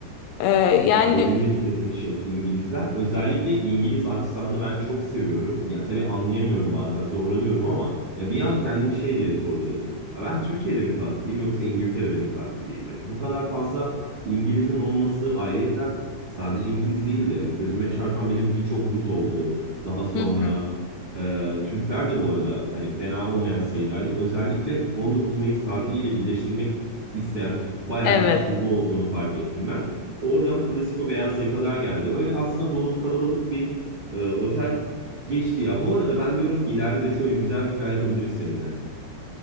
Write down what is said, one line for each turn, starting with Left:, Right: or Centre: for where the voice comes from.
Left: E,
Right: Ya
Left: yani
Right: benim de dikkatimi çekti İngilizler. Özellikle İngiliz aksanını ben çok seviyorum. Ya tabii anlayamıyorum bazen zorlanıyorum ama ya bir an kendimi şey diye sorguladım. Ya ben Türkiye'de mi tatildeyim yoksa İngiltere'de mi tatildeyim? Hani bu kadar fazla İngiliz'in olması ayrıyetten sadece İngiliz değildi. Hani gözüme çarpan benim birçok Rus oldu. Daha sonra
Left: hı,
Right: e, Türkler de bu arada hani fena olmayan sayıdaydı. Özellikle 19 Mayıs tatiliyle birleştirmek isteyen bayağı
Left: evet.
Right: bir Türk grubu olduğunu fark ettim ben. Oradan klasiko beyaz yakalar geldi. Öyle aslında dolu kalabalık bir e, otel geçti ya. Bu arada ben diyorum ki ileride de şöyle güzel bir plan yapabiliriz seninle.